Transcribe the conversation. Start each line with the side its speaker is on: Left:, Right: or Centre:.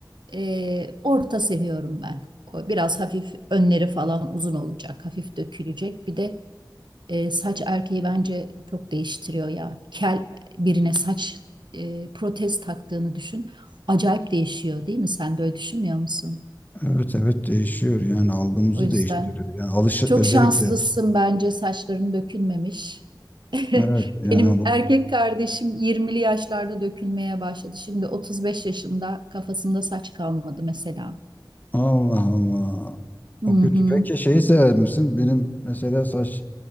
Right: e, orta seviyorum ben. O Biraz hafif önleri falan uzun olacak, hafif dökülecek. Bir de E, saç erkeği bence çok değiştiriyor ya. Kel birine saç e, protez taktığını düşün. Acayip değişiyor değil mi? Sen de öyle düşünmüyor musun?
Left: Evet evet değişiyor yani algımızı
Right: O yüzden
Left: değiştiriyor. Yani alış
Right: çok
Left: özellikle
Right: şanslısın bence saçların dökülmemiş. <laughs>
Left: Evet yani
Right: Benim
Left: bu
Right: erkek kardeşim 20'li yaşlarda dökülmeye başladı. Şimdi 35 yaşında kafasında saç kalmadı mesela.
Left: Allah Allah.
Right: Hı
Left: O
Right: hı.
Left: kötü. Peki şeyi sever misin? Benim mesela saç